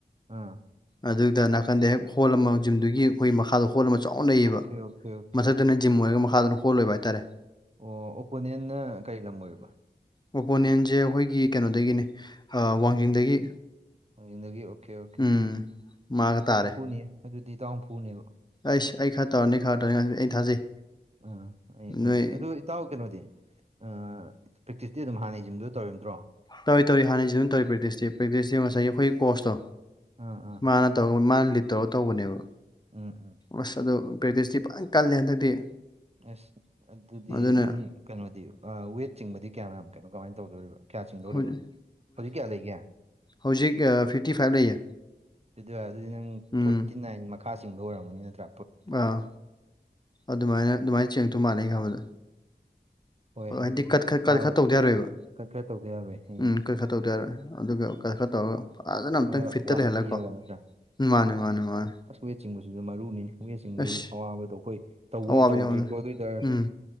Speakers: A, on the right; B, on the left.
A: ꯑꯥ
B: ꯑꯗꯨꯗ ꯅꯥꯀꯟꯗ ꯍꯦꯛ ꯍꯣꯜ ꯑꯃ ꯖꯤꯝꯗꯨꯒꯤ ꯑꯩꯈꯣꯏ ꯃꯈꯥꯗꯣ ꯍꯣꯜ ꯑꯃ ꯆꯥꯎꯅ ꯂꯩꯌꯦꯕ
A: ꯑꯣꯀꯦ ꯑꯣꯀꯦ ꯑꯣꯀꯦ
B: ꯃꯊꯛꯇꯅ ꯖꯤꯝ ꯑꯣꯏꯔꯒ ꯃꯈꯥꯗꯅ ꯍꯣꯜ ꯑꯣꯏꯕ ꯍꯥꯏꯇꯥꯔꯦ
A: ꯑꯣ ꯑꯣꯄꯣꯅꯦꯟꯅ ꯀꯔꯤ ꯂꯝ ꯑꯣꯏꯕ
B: ꯑꯣꯄꯣꯅꯦꯟꯖꯦ ꯑꯩꯈꯣꯏꯒꯤ ꯀꯩꯅꯣꯗꯒꯤꯅꯦ ꯑ ꯋꯥꯡꯖꯤꯡꯗꯒꯤ
A: ꯋꯥꯡꯖꯤꯡꯗꯒꯤ ꯑꯣꯀꯦ ꯑꯣꯀꯦ
B: ꯎꯝ ꯃꯥꯒ
A: ꯑꯦ ꯑꯗꯨꯗꯤ
B: ꯇꯥꯔꯦ
A: ꯐꯨꯅꯤꯌꯦ ꯑꯗꯨꯗꯤ ꯏꯇꯥꯎꯅ ꯐꯨꯅꯦꯕ
B: ꯑꯩꯁ ꯑꯩ ꯈꯔ ꯇꯧꯔꯅꯤ ꯈꯔ ꯇꯧꯔꯅꯤ ꯑꯩ ꯊꯥꯖꯩ
A: ꯎꯝ ꯑꯩ
B: ꯅꯣꯏ
A: ꯑꯗꯤ ꯑꯗꯨ ꯏꯇꯥꯎ ꯀꯩꯅꯣꯗꯤ ꯑ ꯄ꯭ꯔꯦꯛꯇꯤꯁꯇꯤ ꯑꯗꯨꯝ ꯍꯥꯟꯅꯩ ꯖꯤꯝꯗꯨꯗ ꯇꯧꯔꯤꯝꯇꯔꯣ
B: ꯇꯧꯔꯤ ꯇꯧꯔꯤ ꯍꯟꯅꯩ ꯖꯤꯝꯗ ꯇꯧꯔꯤ ꯄ꯭ꯔꯦꯛꯇꯤꯁꯇꯤ ꯄ꯭ꯔꯦꯛꯇꯤꯁꯇꯤ ꯉꯁꯥꯏꯒꯤ
A: ꯑꯣꯀꯦ
B: ꯑꯈꯣꯏꯒꯤ ꯀꯣꯁꯇꯣ
A: ꯑꯥ ꯑꯥ
B: ꯃꯥꯅ ꯇꯧ ꯃꯥꯅ ꯂꯤꯠ ꯇꯧꯔꯒ ꯇꯧꯕꯅꯦꯕ
A: ꯎꯝ ꯎꯝ
B: ꯑꯁ ꯑꯗꯨ ꯄ꯭ꯔꯦꯛꯇꯤꯁꯇꯤ ꯐꯖꯅ ꯀꯜꯂꯦ ꯍꯟꯗꯛꯇꯤ
A: ꯑꯁ ꯑꯗꯨꯗꯤ
B: ꯑꯗꯨꯅ
A: ꯅꯪ ꯀꯩꯅꯣꯗꯤ ꯑ ꯋꯦꯠ ꯆꯤꯡꯕꯗꯤ ꯀꯌꯥꯝ ꯌꯥꯝ ꯀꯩꯅꯣ ꯀꯃꯥꯏꯅ ꯇꯧꯗꯣꯔꯤꯕ ꯀꯌꯥ ꯆꯤꯡꯗꯧꯔꯤꯕ
B: ꯍꯧꯖꯤꯛ
A: ꯍꯧꯖꯤꯛ ꯀꯌꯥ ꯂꯩꯒꯦ
B: ꯍꯧꯖꯤꯛ ꯑ ꯐꯤꯞꯇꯤꯐꯥꯏꯚ ꯂꯩꯌꯦ
A: ꯑꯗꯣ ꯑꯗꯨꯗꯤ ꯅꯪ
B: ꯎꯝ
A: ꯐꯣꯔꯇꯤꯅꯥꯏꯟ ꯃꯈꯥ ꯆꯤꯡꯗꯧ ꯑꯣꯏꯔꯝꯒꯅꯤ ꯅꯠꯇ꯭ꯔꯥ ꯐꯣꯔ
B: ꯑꯥ ꯑꯗꯨꯃꯥꯏꯅ ꯑꯗꯨꯃꯥꯏꯅ ꯆꯥꯡꯉꯛꯇꯧ ꯃꯥꯥꯜꯂꯩ
A: ꯑꯣ
B: ꯑꯩꯅ ꯈꯟꯕꯗ
A: ꯍꯣꯏ
B: ꯑ ꯍꯥꯏꯗꯤ
A: ꯑꯗꯨꯗꯤ
B: ꯀꯠ ꯈꯠ
A: ꯆꯥꯕ
B: ꯈꯠ ꯈꯔ ꯇꯧꯗ ꯌꯥꯔꯣꯏꯕ
A: ꯈꯔ ꯈꯔ ꯇꯧꯗ ꯌꯥꯔꯣꯏ ꯍꯌꯦꯡ
B: ꯎꯝ ꯀꯠ ꯈꯔ ꯇꯧꯗ ꯌꯥꯔꯣꯏ ꯑꯗꯨꯒ ꯀꯜ ꯈꯠ ꯇꯧꯔꯒ ꯐꯖꯅ ꯑꯝꯇꯪ
A: ꯈꯔ
B: ꯐꯤꯠꯇ
A: ꯋꯥꯠꯅ
B: ꯂꯩꯍꯜꯂꯀꯣ
A: ꯄꯤꯔꯒ ꯅꯠꯇ꯭ꯔꯥ
B: ꯎꯝ ꯃꯥꯅꯦ ꯃꯥꯅꯦ ꯃꯥꯅꯦ
A: ꯑꯁ ꯋꯦꯠ ꯆꯤꯡꯕꯁꯤꯁꯨ ꯃꯔꯨꯅꯤꯅꯦ ꯋꯠ ꯆꯤꯡꯕꯒꯤ
B: ꯑꯁ
A: ꯑꯋꯥꯕꯗꯣ ꯑꯩꯈꯣꯏ ꯇꯧꯕꯨꯗꯤ
B: ꯑꯋꯥꯕꯅꯦ
A: ꯇꯧꯗ꯭ꯔꯤꯀꯣ
B: ꯑꯋꯥꯕꯅꯦ
A: ꯑꯗꯨ ꯑꯣꯏ ꯇꯔꯖꯨ
B: ꯎꯝ